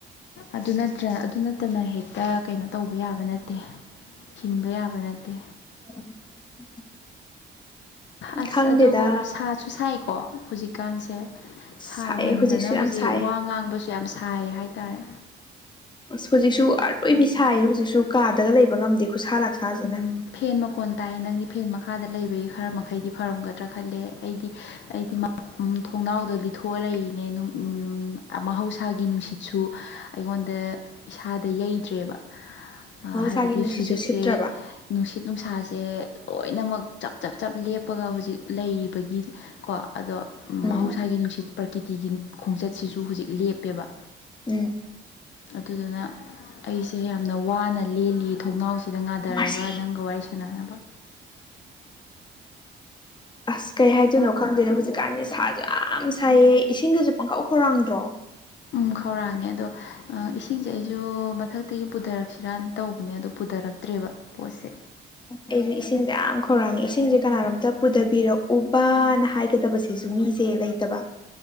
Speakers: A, on the left; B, on the left.
A: ꯑꯗꯨ ꯅꯠꯇ꯭ꯔ ꯑꯗꯨ ꯅꯠꯇꯅ ꯍꯦꯛꯇ ꯀꯩꯅꯣ ꯇꯧꯕ ꯌꯥꯕ ꯅꯠꯇꯦ ꯍꯤꯡꯕ ꯌꯥꯕ ꯅꯠꯇꯦ꯫
B: <inaudible>
A: ꯑꯁ
B: ꯈꯪꯗꯦꯗ
A: ꯑꯗꯨꯕꯨ ꯁꯥꯁꯨ ꯁꯥꯏꯀꯣ ꯍꯨꯖꯤꯛꯀꯥꯟꯁꯦ꯫ ꯁꯥꯃꯟꯗꯅ
B: ꯁꯥꯏꯑꯦ ꯍꯧꯖꯤꯛꯁꯨ
A: ꯍꯨꯖꯤꯛ
B: ꯌꯥꯝ ꯁꯥꯏ
A: ꯋꯥ ꯉꯥꯡꯕꯁꯨ ꯌꯥꯝ ꯁꯥꯏ ꯍꯥꯏꯇꯥꯔꯦ꯫
B: ꯑꯁ ꯍꯨꯖꯤꯛꯁꯨ ꯑꯔꯣꯏꯕꯤ ꯁꯥꯏꯌꯦ ꯍꯨꯖꯤꯛꯁꯨ ꯀꯥꯗꯒ ꯂꯩꯕ ꯉꯝꯗꯦ ꯈꯨꯠꯁꯥ ꯂꯥꯛꯁꯥꯖꯤꯅ꯫
A: ꯎꯝ ꯐꯦꯟ ꯃꯈꯣꯟ ꯇꯥꯏꯌꯦ ꯅꯪꯗꯤ ꯐꯦꯟ ꯃꯈꯥꯗ ꯂꯩꯕꯒꯤ ꯈꯔ ꯃꯈꯩꯗꯤ ꯐꯔꯝꯒꯗ꯭ꯔꯥ ꯈꯜꯂꯦ ꯑꯩꯗꯤ ꯑꯩꯗꯤ ꯎꯝ ꯊꯣꯡꯅꯥꯎꯗ ꯂꯤꯊꯣꯛꯑ ꯂꯩꯔꯤꯅꯦ ꯅꯨ ꯎꯝ ꯃꯍꯧꯁꯥꯒꯤ ꯅꯨꯡꯁꯤꯠꯁꯨ ꯑꯩꯉꯣꯟꯗ꯫ ꯏꯁꯥꯗ ꯌꯩꯗ꯭ꯔꯦꯕ ꯑꯥ
B: ꯃꯍꯧꯁꯥꯒꯤ
A: ꯍꯥꯏꯕꯗꯤ
B: ꯅꯨꯡꯁꯤꯠꯁꯨ
A: ꯁꯨꯖꯤꯛꯁꯦ꯫
B: ꯁꯤꯠꯇ꯭ꯔꯕ
A: ꯅꯨꯡꯁꯤꯠ ꯅꯨꯡꯁꯥꯁꯦ ꯂꯣꯏꯅꯃꯛ ꯆꯞ ꯆꯞ ꯆꯞ ꯂꯦꯞꯄꯒ ꯍꯨꯖꯤꯛ ꯂꯩꯔꯤꯕꯒꯤ꯫ ꯀꯣ ꯑꯗꯣ
B: ꯎꯝ
A: ꯃꯍꯧꯁꯥꯒꯤ ꯅꯨꯡꯁꯤꯠ ꯄ꯭ꯔꯀꯤꯇꯤꯒꯤ ꯈꯣꯡꯆꯠꯁꯤꯁꯨ ꯍꯨꯖꯤꯛ ꯂꯦꯞꯄꯦꯕ꯫
B: ꯎꯝ
A: ꯑꯗꯨꯗꯨꯅ ꯑꯩꯁꯤ ꯌꯥꯝꯅ ꯋꯥꯅ ꯂꯦꯜꯂꯤ ꯊꯣꯡꯅꯥꯎꯁꯤꯗ ꯉꯥ ꯊꯔꯒ
B: ꯃꯥꯔꯁꯤ
A: ꯅꯪꯒ ꯋꯥꯔꯤ ꯁꯥꯟꯅꯅꯕ꯫
B: ꯑꯁ ꯀꯩ ꯍꯥꯏꯗꯣꯏꯅꯣ ꯈꯪꯗꯦꯗ ꯍꯨꯖꯤꯛꯀꯥꯟꯗꯤ ꯁꯥꯖꯨ ꯌꯥꯝ ꯁꯥꯏꯌꯦ ꯏꯁꯤꯡꯒꯁꯨ ꯄꯪꯈꯧ ꯈꯧꯔꯥꯡꯗ꯭ꯔꯣ꯫
A: ꯎꯝ ꯈꯧꯔꯥꯡꯉꯦ ꯑꯗꯣ ꯑꯥ ꯏꯁꯤꯡꯁꯦ ꯑꯩꯁꯨ ꯃꯊꯛꯇꯒꯤ ꯄꯨꯊꯔꯛꯁꯤꯔꯅ ꯇꯧꯕꯅꯦ ꯑꯗꯣ꯫ ꯄꯨꯗꯔꯛꯇ꯭ꯔꯦꯕ ꯄꯣꯠꯁꯦ꯫
B: ꯑꯩꯖꯨ ꯏꯁꯤꯡꯖꯦ ꯌꯥꯝ ꯈꯧꯔꯥꯡꯉꯦ ꯏꯁꯤꯡꯖꯦ ꯀꯅꯥꯅꯣꯝꯇ ꯄꯨꯊꯕꯤꯔꯛꯎꯕꯥꯅ ꯍꯥꯏꯒꯗꯕꯁꯦ꯫ ꯖꯨ ꯃꯤꯖꯦ ꯂꯩꯇꯕ꯫